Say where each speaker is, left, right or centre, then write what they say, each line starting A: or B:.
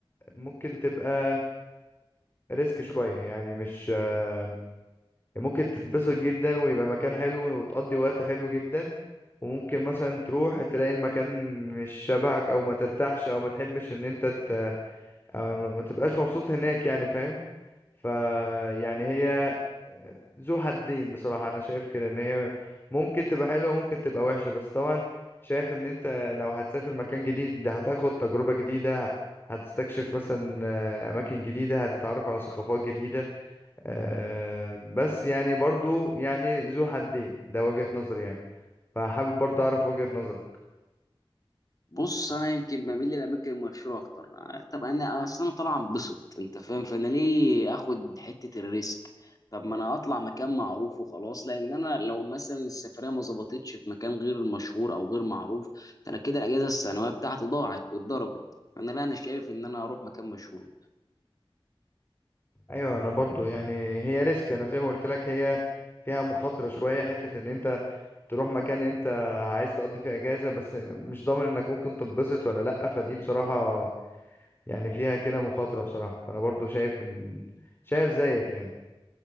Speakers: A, on the left (about 25°); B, on the left (about 40°).
A: ممكن تبقى ريسك شوية يعني مش آه، ممكن تتبسط جدا ويبقى مكان حلو وتقضي وقت حلو جدا وممكن مثلا تروح تلاقي المكان مش شبهك او ما ترتاحش او ما تحبش ان انت ت... أو ما تبقاش مبسوط هناك يعني فاهم فيعني هي آه، ذو حدين بصراحة أنا شايف كده إن هي ممكن تبقى حلوة ممكن تبقى وحشة بس طبعا شايف إن أنت لو هتسافر مكان جديد هتاخد تجربة جديدة هتستكشف مثلا آه، أماكن جديدة هتتعرف على ثقافات جديدة آه، بس يعني برضو يعني ذو حدين ده وجهة نظري يعني فحابب برضو أعرف وجهة نظرك
B: بص انا يمكن بميل للاماكن المشهوره اكتر آه، طب انا اصلا انا طالع انبسط انت فاهم فانا ليه اخد حته الريسك طب ما انا اطلع مكان معروف وخلاص لان انا لو مثلا السفريه ما ظبطتش في مكان غير مشهور او غير معروف فانا كده الاجازه السنويه بتاعتي ضاعت واتضربت فانا لا انا شايف ان انا اروح مكان مشهور
A: أيوة أنا برضو يعني هي ريسك أنا زي ما قلت لك هي فيها مخاطرة شوية حتة إن أنت تروح مكان انت عايز تقضي فيه اجازة بس مش ضامن انك ممكن تنبسط ولا لأ فدي بصراحة يعني فيها كده مخاطرة بصراحة فانا برضو شايف ان شايف زيك يعني